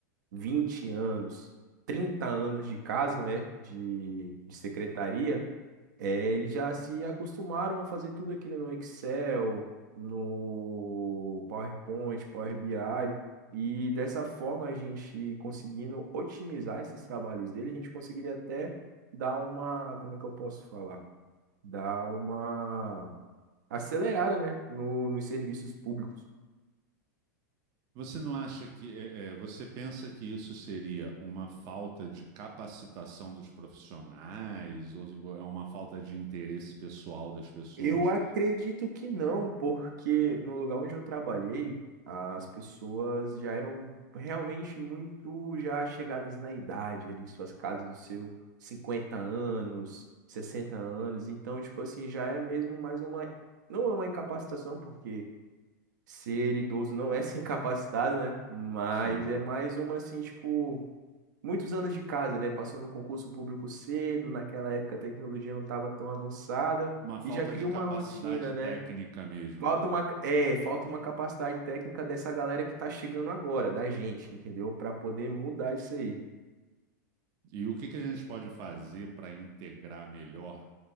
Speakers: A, on the right (about 75°); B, on the right (about 40°).
A: 20 anos, 30 anos de caso, né, de, de secretaria. É, eles já se acostumaram a fazer tudo aquilo no Excel, no PowerPoint, Power BI, e dessa forma a gente conseguindo otimizar esses trabalhos dele, a gente conseguiria até dar uma, como é que eu posso falar? Dar uma acelerada, né, no, nos serviços públicos.
B: Você não acha que é, é, você pensa que isso seria uma falta de capacitação dos profissionais ou é uma falta de interesse pessoal das pessoas?
A: Eu acredito que não, porque no lugar onde eu trabalhei, as pessoas já eram realmente muito já chegadas na idade, ali suas casas dos seus 50 anos, 60 anos, então tipo assim, já é mesmo mais uma não é uma incapacitação, porque ser idoso não é <laughs> ser incapacitado, né? Mas
B: Sim.
A: é mais uma assim, tipo muitos anos de casa, né? Passou no concurso público cedo, naquela época a tecnologia não estava tão avançada
B: Uma falta
A: e já cria
B: de
A: uma
B: capacidade
A: rotina, né?
B: técnica mesmo,
A: Falta
B: né?
A: uma, é, falta uma capacidade técnica dessa galera que tá chegando agora, da gente, entendeu? Para poder mudar isso aí.
B: E o que que a gente pode fazer para integrar melhor